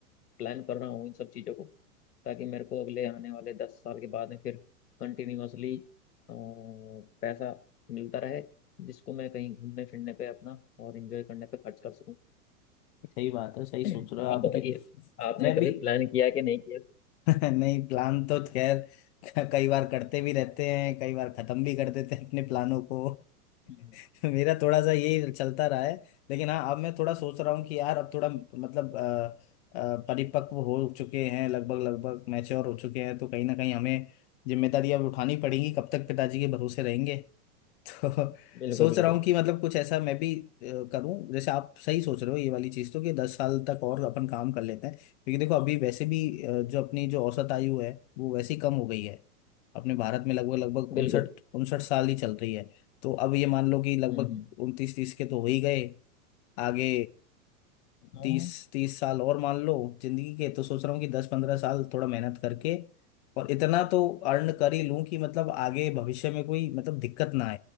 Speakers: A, on the left; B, on the left.
A: प्लान कर रहा हूँ इन सब चीज़ों को ताकि मेरे को अगले आने वाले दस साल के बाद में फिर कंटिन्यूअसली पैसा मिलता रहे जिसको मैं कहीं घूमने फिरने पे अपना और एंजॉय करने पे खर्च कर सकूँ
B: सही बात है सही सोच
A: आप
B: रहे हो आपकी
A: बताइए आपने
B: मैं
A: कभी
B: भी
A: प्लान किया कि नहीं किया
B: <laughs> नहीं प्लान तो खैर क- कई बार करते भी रहते हैं कई बार खत्म भी कर देते हैं अपने प्लानों को
A: हम्म,
B: <laughs> मेरा थोड़ा सा यही चलता रहा है लेकिन हाँ अब मैं थोड़ा सोच रहा हूँ कि यार अब थोड़ा मतलब अ, अ, परिपक्व हो चुके हैं लगभग लगभग मैच्योर हो चुके हैं तो कहीं ना कहीं हमें जिम्मेदारियां अब उठानी पड़ेंगी कब तक पिताजी के भरोसे रहेंगे तो
A: बिल्कुल
B: सोच
A: बिल्कुल
B: रहा हूँ कि मतलब कुछ ऐसा मैं भी अ, करूँ जैसे आप सही सोच रहे हो ये वाली चीज़ तो कि दस साल तक और अपन काम कर लेते हैं क्योंकि देखो अभी वैसे भी अ, जो अपनी जो औसत आयु है वो वैसे ही कम हो गई है अपने भारत में लगभग लगभग
A: बिल्कुल
B: उनसठ उनसठ साल ही चल रही है तो अब ये मान लो कि लगभग
A: हम्म हम्म,
B: उनतीस तीस के तो हो ही गए आगे
A: हाँ
B: तीस तीस साल और मान लो जिंदगी के तो सोच रहा हूँ कि दस पंद्रह साल थोड़ा मेहनत करके और इतना तो अर्न कर ही लूं कि मतलब आगे भविष्य में कोई मतलब दिक्कत ना